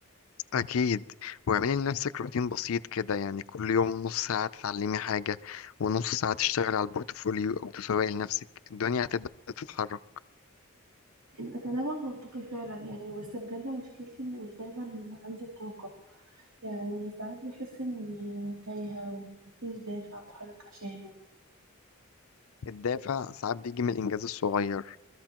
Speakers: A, on the left; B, on the right.
A: اكيد واعملي لنفسك روتين بسيط كده يعني كل يوم نص ساعه تتعلمي حاجه ونص ساعه تشتغلي على البورتفوليو او تسوقي لنفسك الدنيا هتبدا تتحرك
B: انت كلامك منطقي فعلا يعني بس بجد مشكلتي ان مش دايما عندي الطاقه يعني ساعات بحس اني تايهه ومفيش دافع اتحرك عشانه
A: الدافع ساعات بيجي من الانجاز الصغير